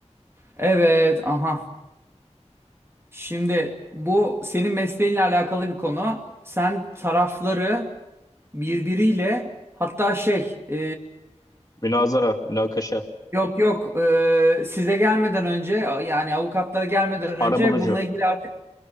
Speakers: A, on the right (about 20°); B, on the left (about 30°).
A: Evet, aha. Şimdi bu senin mesleğinle alakalı bir konu. Sen tarafları birbiriyle hatta şey e,
B: Münazara, münakaşa,
A: yok yok e, size gelmeden önce yani avukatlara gelmeden önce
B: arabulucu.
A: bununla ilgili artık